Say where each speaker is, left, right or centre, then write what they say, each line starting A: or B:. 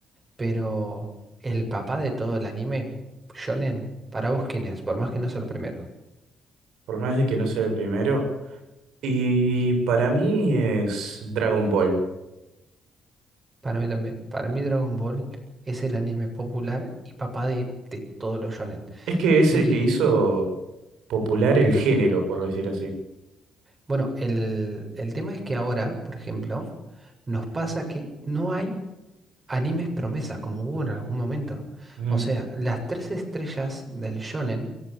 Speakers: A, on the right; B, on the right.
A: pero el papá de todo el anime, Shonen, para vos quién es, por más que no sea el primero.
B: por más de que no sea el primero. Y para mí es Dragon Ball.
A: Para mí también. Para mí Dragon Ball es el anime popular y papá de, de todos los shonen.
B: Es que es
A: Y
B: el que hizo popular el género, por decir así.
A: bueno, el, el tema es que ahora, por ejemplo, nos pasa que no hay animes promesa como hubo en algún momento.
B: Ujú.
A: O sea, las tres estrellas del shonen